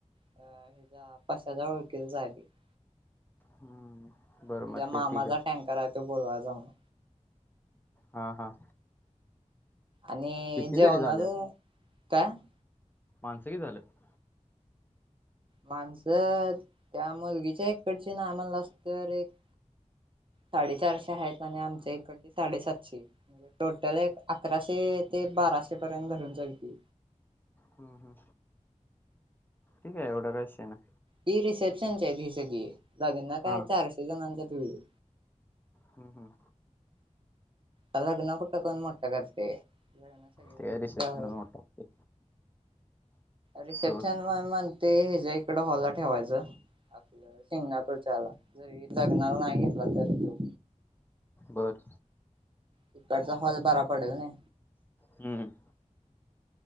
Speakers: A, on the right (about 40°); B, on the left (about 15°).
A: पाच हजार ओळखी झाली <unintelligible>
B: हम्म. बरं
A: तुजा
B: मग ते
A: मामाचा
B: ठीक
A: टँकर आहे तो बोलवाय जाऊन.
B: हा, हा
A: आणि
B: किती
A: जेवणार
B: जरी झाल्यात
A: का <unintelligible>
B: माणसं की झालं <unintelligible>
A: माणसं त्या मुलगीच्या एककडची ना आम्हाला असत एक साडेचारशे आहेत आणि आमच्या इकड साडेसातशे. म्हणजे टोटल एक अकराशे ते बाराशे पर्यंत घरून चालते.
B: हम हम ठीक आहे एवढं काय विषय नाय.
A: ही रिसेप्शन आहे ही सगळी लागेल ना
B: हा
A: काय चारशे जणांचा भिड.
B: हम हम.
A: लग्न कुठं कोण मोठं करते त्यावर
B: ते रिसेप्शन वर टाकते
A: रिसेप्शन
B: सोड
A: म म्हणते याच्या इकड हॉलला ठेवायचं. आपलं शिंगणापूरच्या आला जरी लग्नाला नाही घेतला तरी तो
B: बर
A: तिकडचा हॉल बरा पडेल नाय.
B: हम